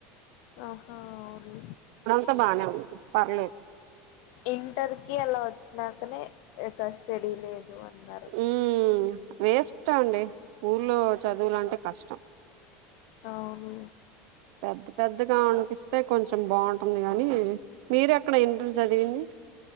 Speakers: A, on the left; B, on the right.
A: ఆహా అవును
B: అంతా బాగానే ఉంది పర్లేదు
A: ఇంటర్ కి అలా వచ్చినాకనే ఇక్కడ స్టడీ లేదు అన్నారు
B: ఉ వేస్ట్ అండి ఊర్లో చదువులు అంటే కష్టం
A: అవును
B: పెద్ద పెద్దగా అనిపిస్తుంది అయితే కొంచెం బాగుంటుంది గాని మీర ఎక్కడ ఇంటర్ చదివింది